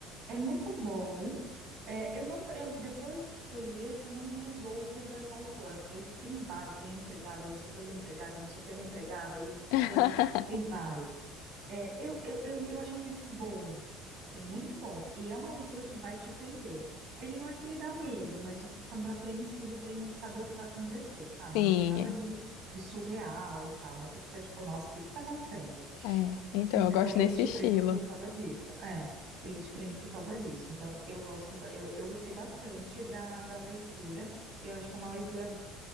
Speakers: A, on the right (about 45°); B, on the left (about 70°).
A: É muito bom. É, eu não, eu- depois que eu li esse, eu não li os outros dessa autora, porque aí tem vários, tem a empregada, e o segredo da empregada, e não sei o que da empregada, e não sei
B: <laughs>
A: o que era, tem vários. É, eu, eu, eu, eu achei um livro bom, assim, muito bom, e é uma leitura que vai te prender. Ele não é que ele dá medo, mas você fica meio apreensivo querendo saber o que vai acontecer, sabe?
B: Sim,
A: Não tem nada de, de surreal e tal, mas você fica tipo, nossa, o que que tá acontecendo?
B: é. É, Então,
A: Então,
B: eu gosto
A: ele
B: nesse
A: te
B: estilo.
A: prende por causa disso. É, ele te prende por causa disso. Então, eu gosto, ba- eu, eu gostei bastante da, da leitura. Eu acho que é uma leitura